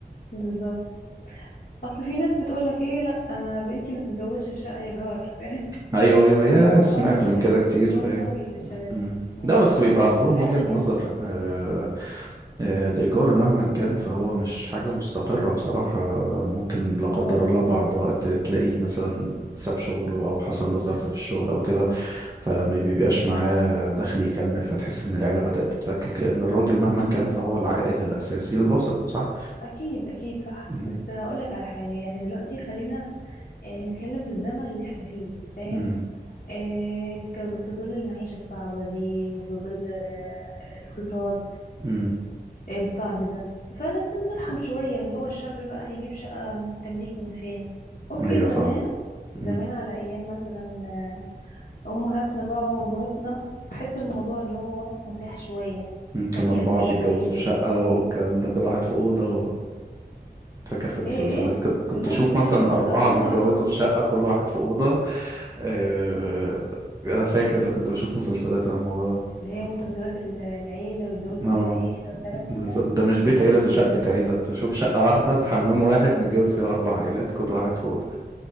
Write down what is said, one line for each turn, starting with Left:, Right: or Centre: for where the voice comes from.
Left: بالظبط اصل في ناس بتقولك ايه لا انا بنتي ما تتجوزش في شقه ايجار فاهم <laughs>
Right: ايوه ايوه يا
Left: فالموضوع
Right: سمعت
Left: ده بحسه
Right: من كده كتير
Left: ظلم
Right: أيوه.
Left: قوي للشباب
Right: مم.
Left: امم
Right: لا بس بيبقى عندهم
Left: فعلا
Right: وجهة نظر
Left: يعني
Right: آه آه الإيجار مهما كان فهو مش حاجة مستقرة بصراحة ممكن لا
Left: هو
Right: قدر الله بعد وقت تلاقيه مثلا ساب شغله أو حصل له ظرف في الشغل أو كده فما بيبقاش معاه دخل يكمل فتحس إن العيلة بدأت تتفكك لأن الراجل مهما كان فهو العائل الأساسي للأسرة صح؟
Left: اكيد اكيد صح
Right: مم.
Left: بس هقولك على حاجه يعني دلوقتي خلينا آه، نتكلم في الزمن اللي احنا فيه فاهم
Right: مم.
Left: آه، ك- في ظل المعيشه الصعبه دي وفي ظل آه، الاقتصاد
Right: مم.
Left: آه، الصعب ده فلازم نرحم شويه اللي هو الشاب بقى هيجيب شقه تمليك من فين اوكي
Right: أيوه
Left: زمان
Right: فاهم
Left: زمان
Right: مم.
Left: على أيام مثلا آه، أمهاتنا بقى وأبهاتنا أحس الموضوع اللي هو متاح شوية
Right: مم. كان
Left: كان
Right: أربعة
Left: يقدر شوية
Right: بيتجوزوا
Left: اللي
Right: في شقة
Left: هو
Right: والكلام ده كل واحد في أوضة فاكر في المسلسلات
Left: إيه إيه
Right: كنت كنت
Left: لا
Right: اشوف
Left: لا
Right: مثلا اربعه
Left: آه
Right: بيتجوزوا في شقه كل واحد في اوضه آه، انا فاكر كنت بشوف مسلسلات عن الموضوع ده
Left: اللي هي مسلسلات ال- العيلة والجواز
Right: اه
Left: في بيت عيلة وكلام من
Right: بالظبط
Left: ده
Right: ده مش بيت عيله ده
Left: ال-
Right: شقه عيله كنت بشوف شقه واحده بحمام واحد متجوز فيها اربع عائلات كل واحد في اوضه